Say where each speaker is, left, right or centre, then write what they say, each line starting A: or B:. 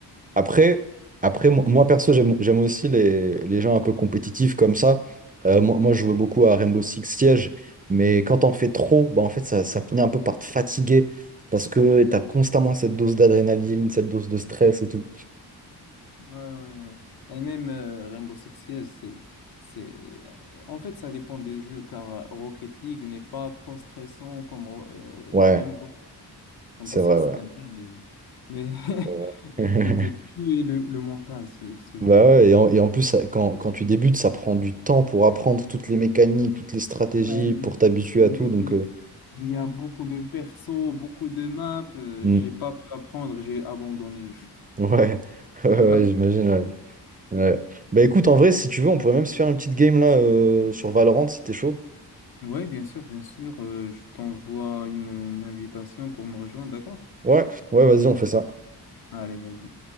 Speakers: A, on the right; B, on the left.
A: Après, après mo- moi perso, j'aime j'aime aussi les, les gens un peu compétitifs comme ça. Euh, moi, moi, je jouais beaucoup à Rainbow Six Siege, mais quand t'en fais trop, bah, en fait, ça, ça finit un peu par te fatiguer parce que t'as constamment cette dose d'adrénaline, cette dose de stress et tout.
B: Ouais, ouais, ouais. Et même euh, Rainbow Six Siege, c'est, c'est... En fait, ça dépend des jeux, car euh, Rocket League n'est pas trop stressant comme euh,
A: Ouais,
B: Rainbow... Rainbow
A: c'est
B: Six,
A: vrai,
B: c'est
A: ouais.
B: un jeu, mais, mais <laughs>
A: Ouais.
B: il
A: <laughs>
B: peut te tuer le, le mental, ce, ce
A: Bah
B: jeu-là.
A: ouais, et en, et en plus, ça- quand, quand tu débutes, ça prend du temps pour apprendre toutes les mécaniques, toutes les stratégies,
B: Ouais, mais,
A: pour t'habituer
B: mais
A: à tout.
B: mec,
A: Donc,
B: mais
A: euh,
B: il y a beaucoup de persos, beaucoup de maps, euh,
A: mm,
B: j'ai pas pu apprendre, j'ai abandonné le jeu.
A: ouais, <laughs> ouais,
B: J'ai pas
A: ouais, j'imagine. ouais. Ouais. Bah écoute, en vrai, si tu veux, on pourrait même se faire une petite game là euh, sur Valorant si t'es chaud.
B: Ouais, bien sûr, bien sûr. euh, je t'envoie une, une invitation pour me rejoindre, d'accord?
A: Ouais, ouais, vas-y, on fait ça.
B: Allez, vas-y.